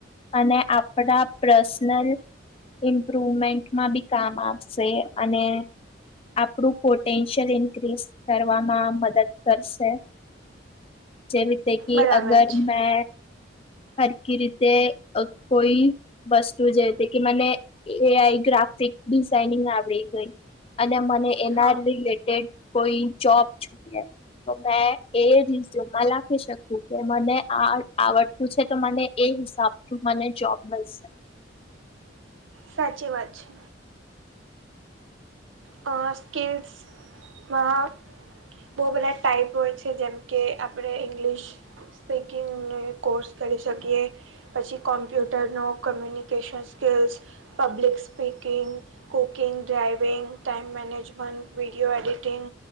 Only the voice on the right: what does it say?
બરાબર
છે
હા
સાચી વાત છે. અ સ્કિલ્સ માં બો બધાય ટાઈપ હોય છે જેમ કે, આપણે ઇંગ્લિશ સ્પીકિંગ ને કોર્સ કરી શકીએ. પછી કોમ્પ્યુટરનો communication skills public speaking, cooking, driving time management, video editing